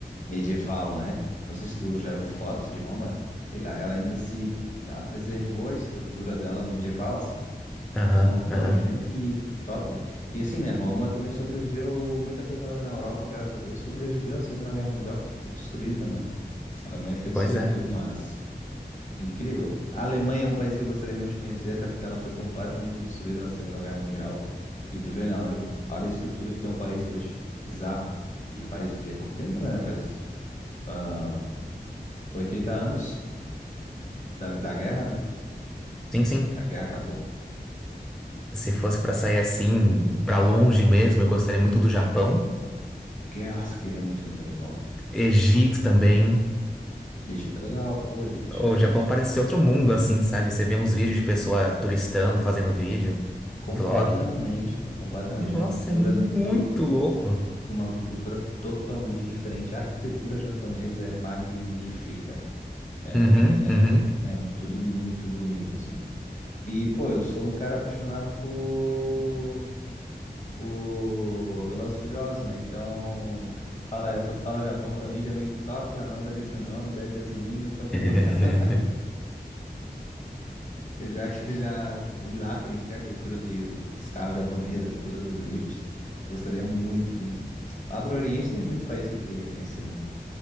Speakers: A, on the left; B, in the centre.
A: medieval, né? Não sei se tu já viu fotos de Roma. Ela, ela ainda se. Ela preservou a estrutura dela medieval, assim. Então,
B: Aham,
A: pô,
B: aham.
A: imagina que, que top, né? E assim, né? Roma também sobreviveu muita coisa lá na Europa, graças a Deus, sobreviveu à Segunda Guerra Mundial, que foi tudo destruído, né, mano? A Alemanha foi destruindo
B: Pois é.
A: tudo, mas. Incrível. A Alemanha é um país que eu gostaria muito de conhecer, até porque ela foi completamente destruída na Segunda Guerra Mundial. E tu vê, né? Olha, o- olha a estrutura que tem um país hoje. Bizarro. E faz e é pouco tempo, né? Faz ah, 80 anos da, da guerra, né?
B: Sim, sim.
A: A guerra acabou.
B: Se fosse pra sair assim, pra longe mesmo, eu gostaria muito do Japão.
A: Que, nossa, eu queria muito conhecer o Japão.
B: Egito também.
A: Egito é legal, pô, Egito é diferente.
B: O Japão parece ser outro mundo assim, sabe? Você vê uns vídeos de pessoa turistando, fazendo vídeo,
A: Completamente,
B: vlog.
A: mano. Completamente.
B: Nossa,
A: Uma cultura,
B: é muito
A: to...
B: louco.
A: uma cultura totalmente diferente. A arquitetura japonesa é magnífica. É,
B: Uhum, uhum.
A: é é tudo muito bonito, assim. E, pô, eu sou um cara apaixonado por, por Velozes e Furiosos, né? Então, <laughs> tu fala, tu fala Japão pra mim, já vem Tóquio, Another If You Know Me, Dead Jasmine e o Tokyo.
B: <laughs>
A: <laughs> Eu já que já ir lá conhecer a cultura de, do- dos carros japoneses, a cultura do drift. Gostaria muito, muito. Lá pro Oriente tem muito país que eu queria conhecer, mano.